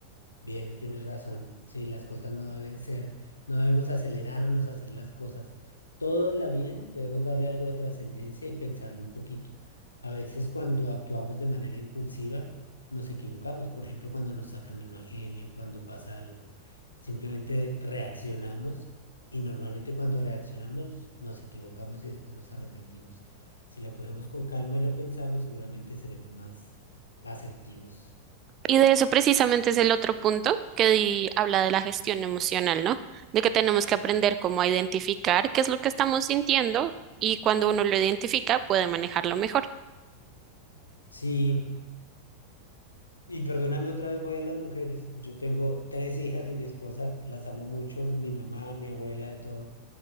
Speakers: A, on the left; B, on the right.
A: Bien, tienes razón. Sí, las cosas no deben ser, no debemos acelerarnos a hacer las cosas. Toda la vida debemos darle algo de trascendencia y pensarlo un poquito. A veces cuando actuamos de manera impulsiva nos equivocamos. Por ejemplo, cuando nos sacan el mal genio, cuando pasa algo, simplemente reaccionamos y normalmente cuando reaccionamos nos equivocamos y después nos arrepentimos. Si lo cogemos con calma y lo pensamos, seguramente seremos más asertivos.
B: Y de eso precisamente es el otro punto que di- habla de la gestión emocional, ¿no? De que tenemos que aprender cómo a identificar qué es lo que estamos sintiendo y cuando uno lo identifica puede manejarlo mejor.
A: Sí. Y perdóname otra vez, voy a las mujeres. Yo tengo tres hijas y mi esposa, las amo mucho, mi mamá, mi abuela, de todo